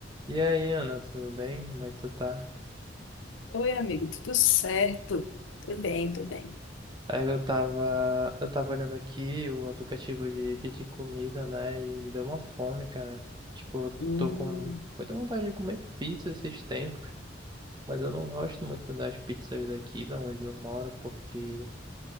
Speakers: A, on the right; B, on the left.
A: E aí, Ana, tudo bem? Como é que tu tá?
B: Oi, amigo, tudo certo? Tudo bem, tudo bem.
A: Aí eu tava, eu tava olhando aqui o aplicativo de pedir comida, né? E me deu uma fome, cara. Tipo, eu
B: Hum,
A: tô com muita vontade de comer pizza esses tempos, mas eu não gosto muito das pizzas daqui, da onde eu moro, porque,